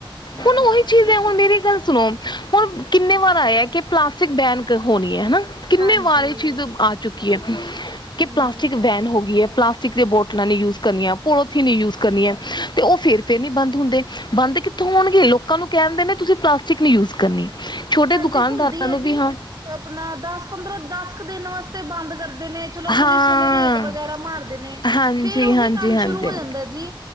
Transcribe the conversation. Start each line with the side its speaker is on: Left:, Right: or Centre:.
Right: ਹਾਂ
Left: ਹੁਣ ਉਹੀ ਚੀਜ਼
Right: ਇਹ
Left: ਏ,
Right: ਤੇ
Left: ਹੁਣ ਮੇਰੀ ਗੱਲ ਸੁਣੋ? ਹੁਣ ਕਿੰਨੇ ਵਾਰ ਆਏ ਏ ਕਿ ਪਲਾਸਟਿਕ ਬੈਨ ਕਰ ਹੋਣੀ ਹੈ ਹਨਾ। ਕਿੰਨੇ
Right: ਹਾਂਜੀ
Left: ਵਾਰ ਇਹ ਚੀਜ਼ ਆ ਚੁੱਕੀ ਹੈ, ਕਿ
Right: ਹੂੰ
Left: ਪਲਾਸਟਿਕ ਵੈਨ ਹੋ ਗਈ ਹੈ ਪਲਾਸਟ ਸਟਿਕ ਦੀਆਂ ਬੋਟਲਾਂ ਨਹੀਂ ਯੂਜ ਕਰਨੀਆਂ, ਪੋਲੋਥੀਨ ਨਹੀਂ ਯੂਜ ਕਰਨੀਆਂ ਤੇ ਉਹ ਫੇਰ- ਫੇਰ ਨਹੀਂ ਬੰਦ ਹੁੰਦੈ। ਬੰਦ ਕਿੱਥੋਂ ਹੋਣਗੇ? ਲੋਕਾਂ ਨੂੰ ਕਹਿਣ ਦੇ ਨੇ ਤੁਸੀਂ ਪਲਾਸਟਿਕ ਨੀ ਯੂਜ ਕਰਨੀ। ਛੋਟੇ
Right: ਹਾਂਜੀ
Left: ਦੁਕਾਨਦਾਰਾਂ
Right: ਹੁੰਦੀ ਏ
Left: ਨੂੰ
Right: ਜੀ,
Left: ਵੀ ਹਾਂ
Right: ਆਪਣਾ ਦਸ ਪੰਦਰਾਂ ਦਸ ਕੁ ਦਿਨ ਵਾਸਤੇ ਕਰਦੇ ਨੇ। ਚਲੋ ਪੁਲਿਸ
Left: ਹਾਂ
Right: ਵਾਲੇ ਰੇਟ ਵਗੈਰਾ ਮਾਰਦੇ ਨੇ,
Left: ਹਾਂਜੀ
Right: ਫੇਰ ਉਹੀ
Left: ਹਾਂਜੀ
Right: ਕੰਮ
Left: ਹਾਂਜੀ
Right: ਸ਼ੁਰੂ ਹੋ ਜਾਂਦਾ ਜੀ।